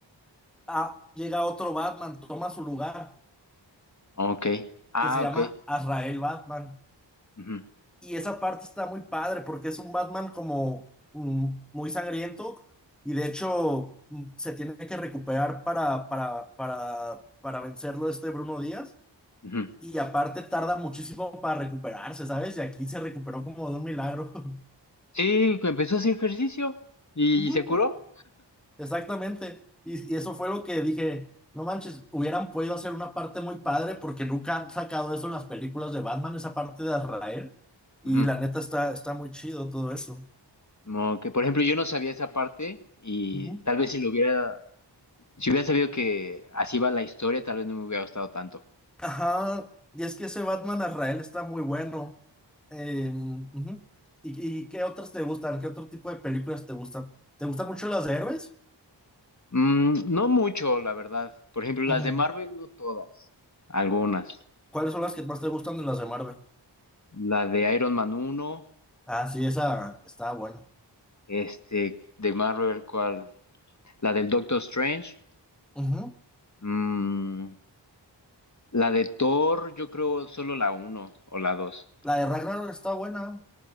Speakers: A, in the centre; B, on the left.
A: ah, llega otro Batman, toma su lugar,
B: Oh, Ok. Ah,
A: que se llama
B: ok.
A: Azrael Batman.
B: Ujú,
A: Y esa parte está muy padre porque es un Batman como mm, muy sangriento y de hecho mm, se tiene que recuperar para, para, para, para vencerlo este Bruno Díaz.
B: ujú.
A: Y aparte tarda muchísimo para recuperarse, ¿sabes? Y aquí se recuperó como de un milagro. <laughs>
B: Sí, que empezó a hacer ejercicio y
A: Ujú,
B: se curó.
A: Exactamente. Y, y eso fue lo que dije, no manches, hubieran podido hacer una parte muy padre porque nunca han sacado eso en las películas de Batman, esa parte de Azrael. Y
B: Ujú.
A: la neta está, está muy chido todo eso.
B: Como que, por ejemplo, yo no sabía esa parte y
A: Ujú.
B: tal vez si lo hubiera, si hubiera sabido que así va la historia, tal vez no me hubiera gustado tanto.
A: Ajá, y es que ese Batman Azrael está muy bueno. Eh, ujú. ¿Y, y qué otras te gustan? ¿Qué otro tipo de películas te gustan? ¿Te gustan mucho las de héroes?
B: Mm, no mucho, la verdad. Por ejemplo, las
A: Ujú.
B: de Marvel, no todas, algunas.
A: ¿Cuáles son las que más te gustan de las de Marvel?
B: La de Iron Man uno
A: Ah, sí, esa está buena.
B: este, de Marvel, ¿cuál? La del Doctor Strange,
A: Ujú.
B: mm, la de Thor, yo creo solo la uno o la dos
A: La de Ragnarok está buena.